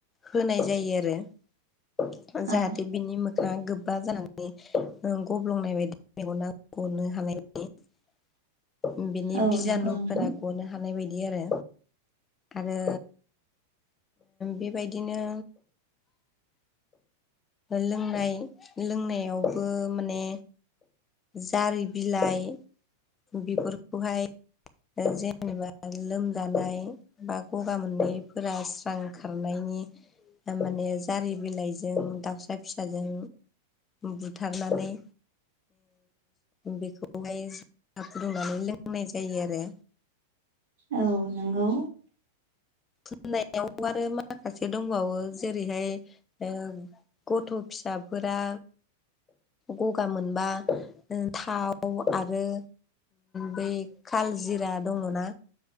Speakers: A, on the left; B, on the right.
A: होनाय जायो आरो जाहाथे
B: औ
A: बिनि मोखाङा गोबा जानानै गब्लंनाय बायदि मेगना गनो हानाय बादि बिनि
B: औ
A: बिजानुफोरा
B: नंगौ नोंथां
A: गनो हानाय बायदि आरो आरो बेबायदिनो लोंनाय लोंनायावबो माने जारि बिलाइ बेफोरखौहाय जेनेबा लोमजानाय बा गगा मोननायफोरा स्रां खारनायनि थारमाने जारि बिलाइजों दाउसा फिसाजों बुथारनानै बेखौहाय फुदुंनानै लोंनाय जायो आरो।
B: औ नोंगौ
A: फुननायाव आरो माखासे दंबावो जेरैहाय ओ गथ' फिसाफोरा गगा मोनबा थाव आरो बै काल जिरा दङना